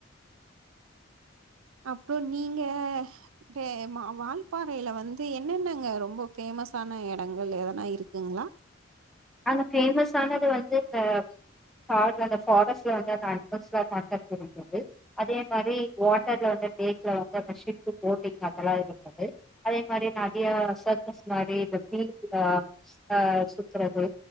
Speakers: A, on the right; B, in the centre.
A: அப்றோ நீங்க டே ம வால்பாறையில வந்து என்னென்னங்க ரொம்பஃ ஃபேமஸான எடங்கள் எதனா இருக்குங்ளா
B: அங்க ஃபேமஸானது வந்து இந்த காட்னத்னல அந்த ஃபாரஸ்ட்ல வந்து அந்த அனிமல்ஸ்லா காட்டக் வரும்போது அதே மாரி வாட்டர்ல வந்து லேக்ல வந்து அந்த ஷிப்பு போட்டிங் அதெல்லா இருந்தது அதே மாரி நெறிய சர்கஸ் மாரி இந்த <unintelligible> ஆ சுத்துறது